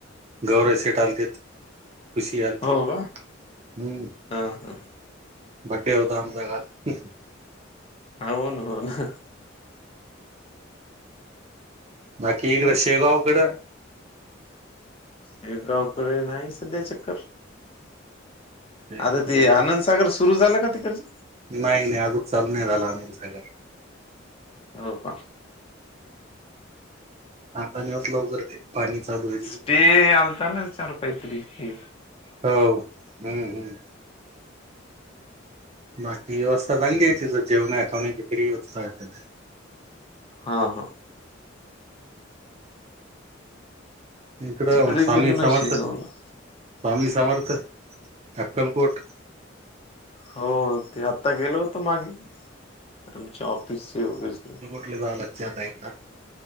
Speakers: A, on the right (about 35°); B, on the left (about 30°).
A: गौरसेेट आलते. खुशी आलती,
B: हो का?
A: हम्म.
B: हा, हा.
A: बडे होता आमचा काल.
B: अ होन, होन हं.
A: बाकी इकडं शेगावकडें.
B: हे गावकडे नाही सध्या चक्कर!
A: शेगाव
B: आता ते
A: गजानन
B: आनंदसागर सुरू झालं का तिकडच?
A: नाही नाही, अजून चालू नाही झाला आनंदसागर.
B: हो का?
A: आपताणी होत लवकरते. पाणी चालू आहे. तिकडे
B: स्टे आलता न कायतरी है?
A: हो, हम्म हम्म. बाकी व्यवस्था चांगली आहे, तिसं जेवणा आहेखची फरी व्यस्था आहे.
B: हा हा.
A: इकड
B: तिकडे
A: स्वामी
B: गेलो ना
A: समर्थ,
B: शेगावला
A: स्वामी समर्थ अकलकोट.
B: हो ते आता गेलो होत मागे, आमच्या ऑफिसचे वगैरे.
A: कल झाला आता एक.